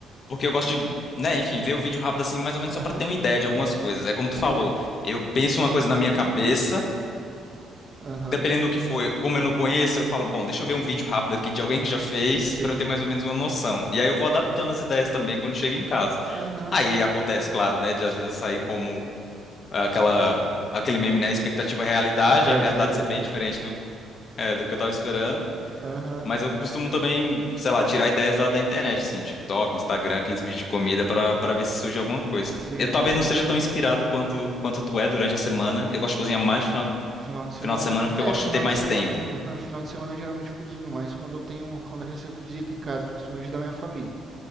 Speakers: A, on the left; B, on the right.
A: porque eu gosto de, né, enfim, ver o vídeo rápido assim, mais ou menos
B: aham.
A: só pra ter uma ideia de algumas coisas. É como tu
B: Sim.
A: falou, eu penso uma coisa na minha cabeça.
B: Aham.
A: dependendo do que for, como eu não conheço, eu falo, bom, deixa eu ver um vídeo rápido aqui de alguém que já fez,
B: Sim.
A: pra eu ter mais ou menos uma noção. E aí eu vou adaptando as ideias também quando chego em casa.
B: Aham.
A: Aí acontece, claro, né, de às vezes sair como ah, aquela aquele meme, né, expectativa e realidade,
B: Ele bebe
A: a realidade
B: Essa realidade.
A: ser bem diferente do, é, do que eu tava esperando.
B: Aham.
A: Mas eu costumo também, sei lá, tirar ideias lá da internet, assim, TikTok, Instagram, aqueles vídeos de comida pra para ver se surge alguma coisa.
B: Sim,
A: Eu talvez
B: sim.
A: não seja tão inspirado quanto quanto tu é durante a semana. Eu gosto de cozinhar mais no final,
B: Final de semana?
A: final de semana porque
B: É,
A: eu gosto
B: final
A: de ter mais
B: de semana.
A: tempo.
B: Aham, final de semana eu geralmente cozinho, mas quando eu tenho, quando eu recebo visita em casa, principalmente da minha família.